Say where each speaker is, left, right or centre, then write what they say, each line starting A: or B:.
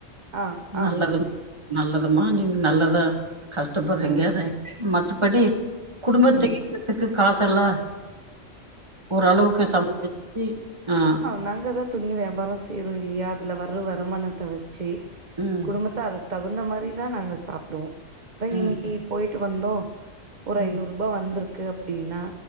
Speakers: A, on the right; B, on the right.
A: ஆ
B: நல்லலு
A: ஆமா
B: நல்லதுமா நீங்க நல்லதா கஷ்டப்படுறீங்க
A: ஆ
B: <unintelligible> மத்தபடி குடும்பத்த
A: ம்
B: காச <unintelligible> ல்லா ஓரளவுக்கு சம்பா ஆ
A: நாங்கதா துணி வியாபாரோ செய்றோ இல்லையா அதுல வர்ற வருமானத்த வச்சி
B: ம்
A: குடும்பத்த அது தகுந்த மாரி தா நாங்க சாப்டுவோ தா
B: ம்
A: இன்னைக்கு போய்ட்டு வந்தோ ஒரு
B: ம்
A: ஐநூறு ரொம்ப வந்திருக்கு அப்டினா